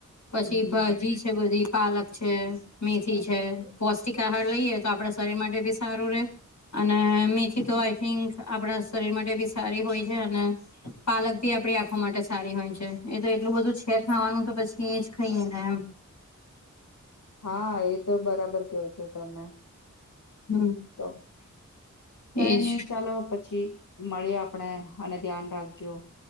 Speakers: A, on the left; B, on the left.
A: પછી
B: હમ
A: ભાજી બધી પાલક છે, મેથી છે, પૌષ્ટિક આહાર લઈએ તો આપડા શરીર માટે બી સારું રે અને મેથી તો આઈ થિંક આપણા શરીર માટે બી સારી હોય છે, અને પાલક ભી આપડી આંખો માટે સારી હોય છે, એ તો એટલું બધું છે, ખાવાનું તો પછી એજ ખાઈએ ને એમ
B: હા એ તો બરાબર કયો છો તમે
A: હમ.
B: તો કઈ
A: એજ
B: ની ચાલો પછી મળી આપણે અને ધ્યાન રાખજો